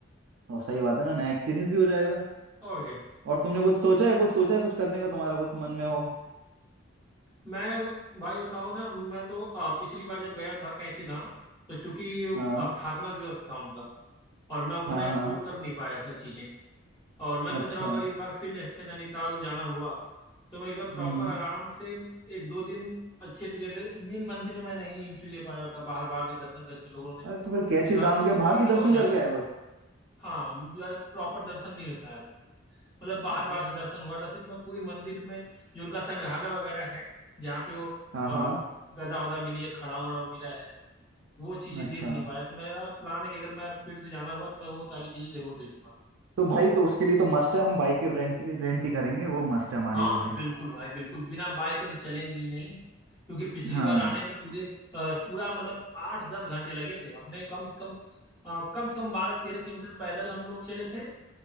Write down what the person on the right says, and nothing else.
और सही बात है ना नया एक्सपीरियंस भी हो जाएगा
और तुमने कुछ सोचा है कुछ सोचा है कुछ करने का तुम्हारा कुछ मन में हो
हाँ
हाँ
हाँ
अच्छा
हम्म
अरे तो फिर कैची
धाम
के
बाहर से
दर्शन
करके
आए बस
अरे,
हाँ
हाँ
अच्छा
तो भाई तो उसके लिए तो मस्ट है हम बाइक की रेंट रेंट ही करेंगे वो मस्ट है हमारे
लिए भाई
हाँ